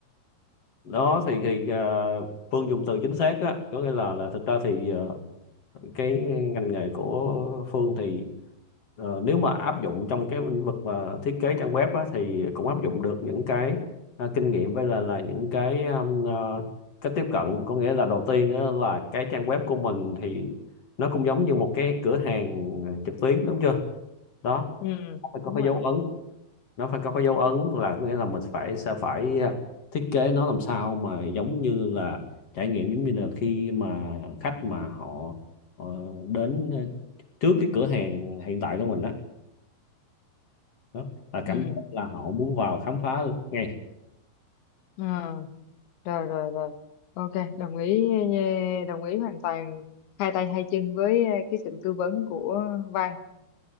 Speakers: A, on the left; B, on the left.
A: đó thì thì à, Phương dùng từ chính xác á có nghĩa là là thực ra thì à, cái ngành nghề của Phương thì ờ, nếu mà áp dụng trong cái lĩnh vực mà thiết kế trang web á, thì cũng áp dụng được những cái à, kinh nghiệm với là là những cái um, ờ, cách tiếp cận có nghĩa là đầu tiên á, là cái trang web của mình thì nó cũng giống như một cái cửa hàng trực tuyến đúng chưa đó
B: Ừ,
A: nó phải
B: đúng
A: có cái
B: rồi.
A: dấu ấn nó phải có cái dấu ấn là có nghĩa là mình phải sẽ phải ờ, thiết kế nó làm sao mà giống như là trải nghiệm giống như là khi mà khách mà họ ờ, đến ờ, trước cái cửa hàng hiện tại của mình đó, đó là cảm
B: Ừ.
A: giác là họ muốn vào khám phá luôn ngay
B: Ờ. rồi rồi rồi ok đồng ý eh, đồng ý hoàn toàn hai tay hai chân với eh, cái sự tư vấn của Văn